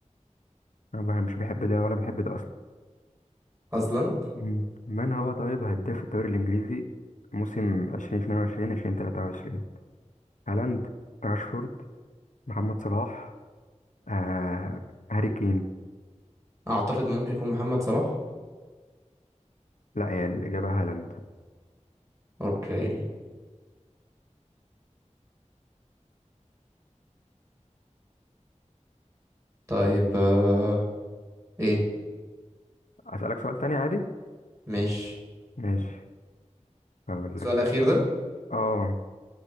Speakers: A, on the left; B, on the right.
A: أنا بح- مش بحب ده ولا بحب ده أصلا
B: اصلا
A: مم. من هو طيب هداف الدوري الإنجليزي موسم 2022 2023 هالاند راشفورد محمد صلاح آه هاري كين
B: اعترض ممكن يكون محمد صلاح
A: لا هي الإجابة هالاند
B: اوكي طيب آه... ايه
A: أسألك سؤال تاني عادي
B: ماشي
A: ماشي هقول
B: السؤال
A: لك
B: الاخير ده
A: اه